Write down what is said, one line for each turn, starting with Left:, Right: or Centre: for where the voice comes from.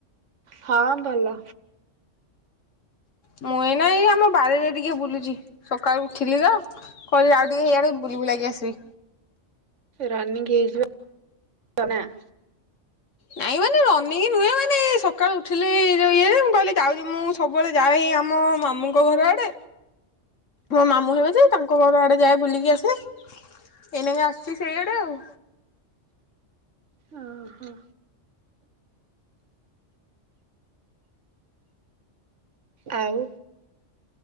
Right: ହଁ ଭଲ
Left: ମୁଁ ଏଇନା ଏଇ ଏ ଆମ ବାରିରେ ଟିକେ ବୁଲୁଚି ସକାଳୁ ଉଠଲି ତ କହିଲି ଆଉ ଟିକେ ହେଇଆଡେ ଟିକେ ବୁଲି ବୁଲାକା ଆସେ।
Right: ରନିଂଙ୍ଗ ହେଇଚି ବା <unintelligible>
Left: ନାଇଁ ମାନେ ରନିଙ୍ଗ ନୁହେଁ ମାନେ ଇଏ ସକାଳୁ ଉଠିଲେ ଯୋଉ ଇଏ ମୁଁ କହିଲି ଯାଉଛି ମୁଁ ସବୁବେଳେ ଯାଏ ଏଇ ଆମ ମାମୁଁଙ୍କ ଘର ଆଡେ ମୋ ମାମୁଁ ହେବେ ଯେ ତାଙ୍କ ଘର ଆଡେ ଯାଏ ବୁଲିକି ଆସେ ଏଇନାକେ ଆସିଛି ସେଇଆଡେ ଆଉ
Right: ଅ ହଁ ଆଉ